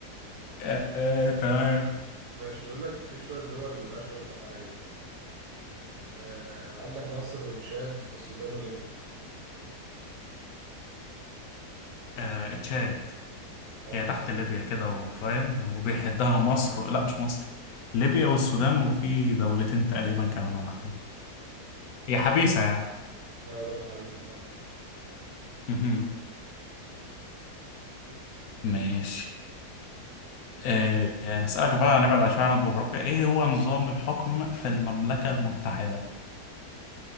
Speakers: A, on the left; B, on the right.
A: آه آه تمام
B: ماشي بيقول لك في شويه دول ملهاش حدود بحريه آه عندك مصر وتشاد والسودان وليبيا
A: آه تشاد
B: اه
A: هي تحت
B: صح
A: ليبيا كده وفاهم وبيحدها مصر لا مش مصر ليبيا والسودان وفي دولتين تقريبا كمان ولا حاجة هي حبيسة يعني
B: اه دولة حبيسة فعلا
A: مهم. ماشي آه، أسألك بقى نبعد شوية عن الجغرافيا إيه هو نظام الحكم في المملكة المتحدة؟